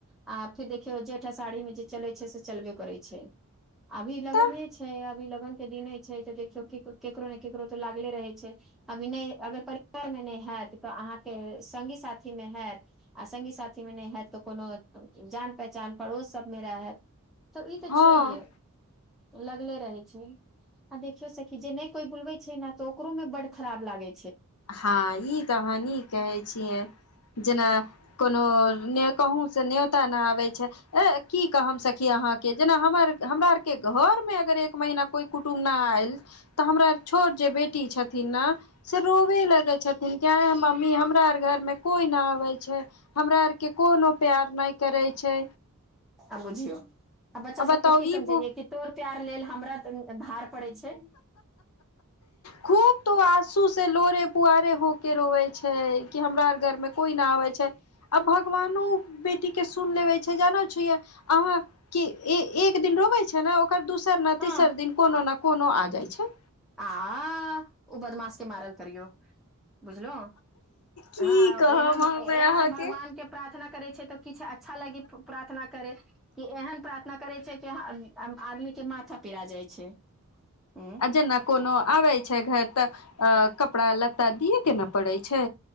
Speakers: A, in the centre; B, on the left.
A: आ फिर देखियौ जेठ हरहि मे जे चले छै जे चलबे करे छै अभी लग्ने
B: तऽ
A: छै अभी लग के दिन छै त देखियौ केकरो ने केकरो तऽ लागले रहे छै अभी नहि अगर परिवार मे नहि हैत ते अहाँ के संगी साथि मे हैत अ संगि साथि मे नै हैत त कोनो पहचान पड़ोस सब मे रह हब तऽ ई तऽ
B: हँ
A: छैहे लगले रहे छै आ देखियो सखी जे नहि कोई बोलवे छै ने त ओकरो में बड खराब लागे
B: हँ ई तऽ हहान कहै छियै जेना कोनो कहू से न्योता नै आबे छै ऐ कि कहम सखी अहाँ के ज हमर हमरा आर के घर मे अगर एक महीना कोई कुटुम्ब न आयल तऽ हमरा छोट जे बेटी छथिन नाह सी होबे लगे छथिन आ मम्मी हमरा आर घर मे कोई न आबे छै हमरा आर के कोनो प्यार नहि करै छै
A: आ बुझियो आ बच्चा सबके
B: बताउ
A: की समझैया
B: ई
A: कि तोर प्यार लेल हमरा भार पड़ै छै
B: खूब
A: हँ
B: तो आँसू से लोरे पुआरे हो के रोवे छै हमरा आर घरमे कोइ ना आबै छै अब भकवानो बेटी के सुन लेवे छै जानै छीयै अहा के एक एक दिन रोवे छै ना ओकर दोसर ने
A: हँ
B: तेसर दिन कोनो ना कोनो आ जाइ छै
A: आ ओ बदमाश के मारल करियौ बुझलो
B: की
A: हाँ
B: कहब
A: एहन
B: हमे
A: एहन
B: अहाँके
A: भगवानके प्रार्थना करै छै तऽ किछ अच्छा लागि प्रार्थना करै एहन प्रार्थना करै छै कि आदमी के माथा पिरा जाइ छै उं
B: अ जेना कोनो आबै छै घर तऽ अ कपड़ा लत्ता दियए के ने पड़ै छै